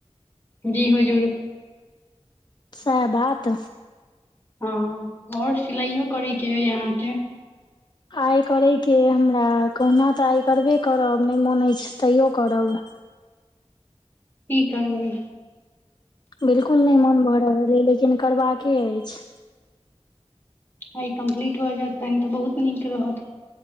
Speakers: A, on the left; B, on the left.
A: जी हजूर
B: सहबात
A: हँ आओर सिलाइयो करय के हइ यहाँके
B: आइ करयके हमरा कहुना तऽ आइ करबे करब नहि मोन अछि तैयो करब
A: कि करबे।
B: बिल्कुल नहि मोन भऽ रहल अ लेकिन करबाक अछि
A: आ ई कम्प्लीट भऽ जायत तहन तऽ बहुत नीक रहत